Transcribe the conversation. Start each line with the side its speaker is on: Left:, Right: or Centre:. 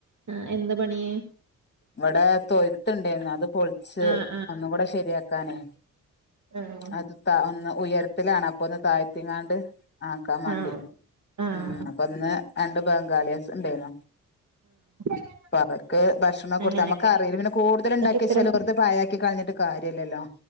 Right: ആ എന്താ പണി
Left: ഇവിടെ തോയിത്തുയുണ്ടായിരുന്നു അത് പോളി-
Right: ആഹ്
Left: ഒന്നു കൂടെ ശരിയാക്കാനേ
Right: ആഹ്
Left: അത് ഒന്ന് ഉയരത്തിലാണ് അപ്പൊ ഒന്ന് താഴ്ത്തിങ്ങാണ്ട് ആക്കാൻ വേണ്ടി
Right: ആഹ് ആഹ്
Left: ഉം ഒന്ന് രണ്ട് ബംഗാളിസ് ഉണ്ടായിരുന്നു
Right: ആഹ്
Left: അപ്പൊ അവർക്ക് ഭക്ഷണം-
Right: അങ്ങനെയൊക്കെ
Left: കറി <unintelligible> കൂടുതല
Right: എന്നിട്ട്
Left: ഉണ്ടാക്കി
Right: ഇത്ര
Left: വെച്ചാൽ വെറുതെ പായക്കി കളിഞ്ഞിട്ട് കാര്യല്ലല്ലോ